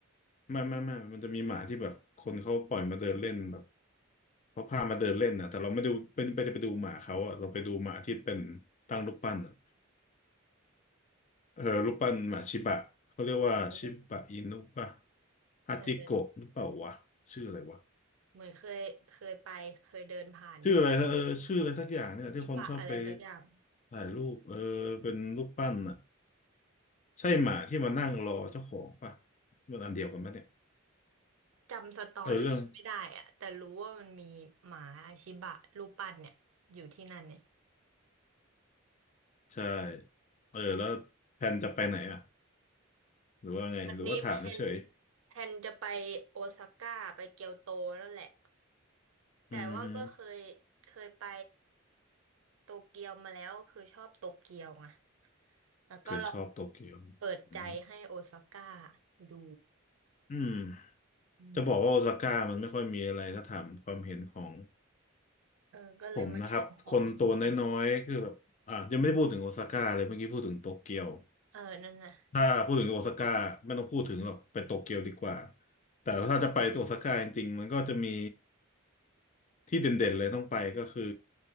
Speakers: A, on the left; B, on the right.
A: ไม่ไม่ไม่มันจะมีหมาที่แบบคนเขาปล่อยมาเดินเล่นแบบเขาพามาเดินเล่นนะแต่เราไม่ดูเป็นไปไปดูหมาเขาอ่ะเราไปดูหมาที่เป็นตั้งรูปปั้นอะเออรูปปั้นหมาชิบะเขาเรียกว่าชิบะอินุป่ะ
B: เออ
A: ฮาจิโกะหรือเปล่าวะชื่ออะไรวะ
B: เออเหมือนเคยเคยไปเคยเดินผ่านอยู่
A: ชื่ออะไรนะเออชื่ออะไรสักอย่างเนี่ยที่คนชอบไป
B: อิบะอะไรสักอย่าง
A: ถ่ายรูปเออเป็นรูปปั้นอ่ะใช่หมาที่มานั่งรอเจ้าของป่ะมันอันเดียวกันป่ะเนี่ย
B: จำสตอรี่ไม่ได้อะแต่รู้ว่ามันมีหมาชิบะรูปปั้นเนี่ยอยู่ที่นั่นเนี่ย
A: เออเรื่องใช่เออแล้วแผนจะไปไหนอ่ะหรือว่าไงหรือว่าถามเฉย
B: วันนี้แพนแพนจะไปโอซาก้าไปเกียวโตแล้วแหละ
A: ๆอืมฮึ
B: แต่ว่าก็เคยเคยไปโตเกียวมาแล้วคือชอบโตเกียวไงแล้วก็ลอง
A: เคยชอบโตเกียว
B: เปิดใจให้โอซาก้า
A: อืม
B: ดู
A: อืม
B: อืม
A: จะบอกว่าโอซาก้ามันไม่ค่อยมีอะไรถ้าถามความเห็นของ
B: เออก็เลยมาถามความเห็นดู
A: ผมนะครับคนตัวน้อยๆคือแบบอ่ะยังไม่ได้พูดถึงโอซาก้าเลยเมื่อกี้พูดถึงโตเกียว
B: เออนั่นน่ะ
A: ถ้าพูดถึงโอซาก้าไม่ต้องพูดถึงหรอกไปโตเกียวดีกว่าแต่ถ้าจะไปโอซาก้าจริงๆมันก็จะมีที่เด่นๆเลยต้องไปก็คือ